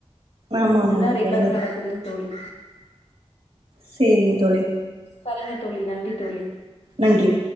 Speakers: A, on the right; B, on the left.
A: ஆமா
B: இதுதா
A: ஆமாங்க
B: ரெகுலரா
A: தோழி
B: நடக்குதுங் தோழி
A: சேரிங்க தோழி
B: சரிங்க தோழி நன்றி தோழி
A: நன்றி